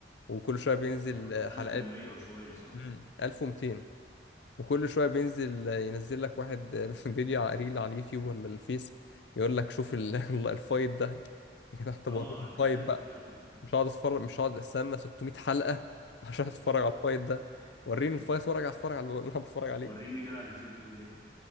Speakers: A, on the left (about 75°); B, on the left (about 20°).
A: وكل شوية بينزل
B: اه
A: آه، حلقات
B: 1100 وشوية صح
A: امم 1200 وكل شوية
B: يا
A: بينزل
B: لهوي
A: آه، ينزل لك واحد آه، <laughs> فيديو على- ريل على اليوتيوب ولا الفيس يقول لك شوف ال- <laughs> ال- الفايت ده <laughs> يا جدع طب
B: اه
A: وريني الفايت
B: الحر
A: بقى
B: كتير قوي اي
A: مش هقعد اتفرج مش هقعد استنى 600 حلقة عشان اتفرج على الفايت ده
B: <laughs>
A: وريني الفايت وارجع اتفرج على اللي انا بتفرج عليه
B: وريني كده على اليوتيوب بيقول ايه